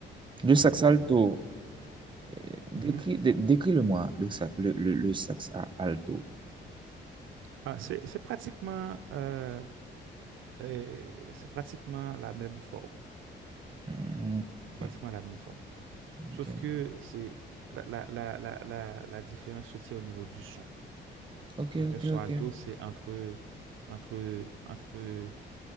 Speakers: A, on the right (about 25°); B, on the right (about 80°).
A: Le sax
B: Euh,
A: alto, euh, décris,
B: mhm.
A: dé- décris-le-moi, le, sax- le, le, le sax a- alto.
B: Ah, c'est, c'est pratiquement, euh, euh, c'est pratiquement la même forme.
A: Hmm, ok,
B: pratiquement la même forme. Sauf
A: ok,
B: que c'est la, la, la, la, la, la différence se tient au niveau du son.
A: ok,
B: Donc
A: ok,
B: un son
A: ok.
B: alto, c'est entre, entre, entre,